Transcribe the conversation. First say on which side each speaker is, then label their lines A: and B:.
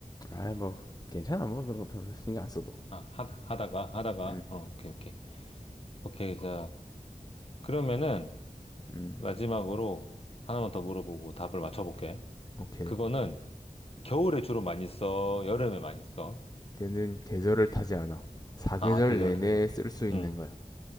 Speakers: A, on the left; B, on the left.
A: 아, 뭐, 괜찮아, 뭐, 그런 거 별로 신경 안 써도.
B: 아, 하다, 하다가, 하다가,
A: 음,
B: 어, 오케이, 오케이. 오케이, 자. 그러면은
A: 음,
B: 마지막으로 하나만 더 물어보고 답을 맞춰볼게.
A: 오케이.
B: 그거는 겨울에 주로 많이 써? 여름에 많이 써?
A: 얘는 계절을 타지 않아. 사계절
B: 아, 계절을
A: 내내
B: 타자.
A: 쓸 수 있는
B: 응.
A: 거야.